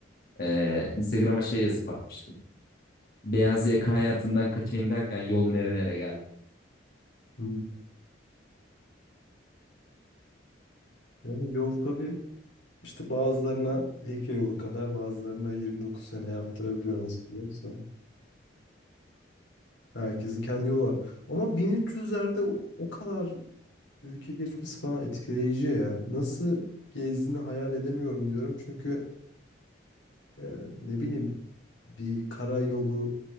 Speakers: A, on the left (about 50°); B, on the left (about 75°).
A: Eee, Instagram'a şey yazıp atmıştım. Beyaz yaka hayatından kaçayım derken yol nerelere geldi.
B: Hı. Yani yol tabii işte bazılarına Likya yolu kadar bazılarına 29 sene yaptırabiliyor nasıl diyorsa. Herkesin kendi yolu var. Ama 1300'lerde o, o kadar ülke geçmesi falan etkileyici ya. Nasıl gezdiğini hayal edemiyorum diyorum. Çünkü Ee, ne bileyim bir kara yolu,